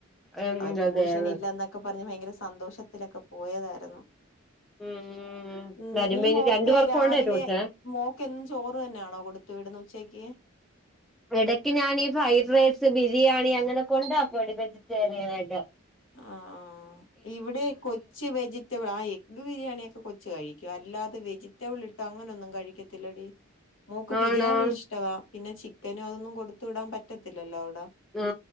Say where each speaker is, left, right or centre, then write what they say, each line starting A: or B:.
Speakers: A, in the centre; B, on the left (about 65°).
A: എന്റെ
B: അവൻ ട്യൂഷൻ
A: ദൈവം
B: ഇല്ല എന്നൊക്കെ പറഞ്ഞ് ഭയങ്കര സന്തോഷത്തിലൊക്കെ പോയതായിരുന്നു.
A: ഉം
B: ഉ
A: വരുമ്പോ
B: നീ
A: ഇനി
B: മോക്കെ
A: രണ്ട് പേർക്കും
B: രാവിലെ
A: ഉണ്ടേ
B: രാവിലെ
A: ട്യൂഷൻ
B: മോക്ക്ും ചോറ് തന്നെയാണോ കൊടുത്തു വിടുന്ന ഉച്ചക്ക്
A: ഇടക്ക് ഞാൻീഈ ഫ്രൈഡ് റൈസ് ബിരിയാണി അങ്ങനെ കൊണ്ടാക്കോ എടി വെജിറ്റേറിയൻ ആയിട്ടോ
B: ആ ഇവിടെ കൊച്ച വെജിറ്റബിൾ ആയി ഇത് ബിരിയാണിയൊക്കെ കൊച്ച കഴിക്കും അല്ലാതെ വെജിറ്റബിൾി ഇട്ടോ അങ്ങനെൊന്നും കഴിക്കത്തില്ലടി. മോക്ക് ബിരിയാണി
A: ആണോ
B: ഇഷ്ടവാ പിന്നെ ചിക്കനും അതൊന്നും കൊടുത്തു വിടാൻ പറ്റത്തില്ലല്ലോ അവിടെ
A: ആ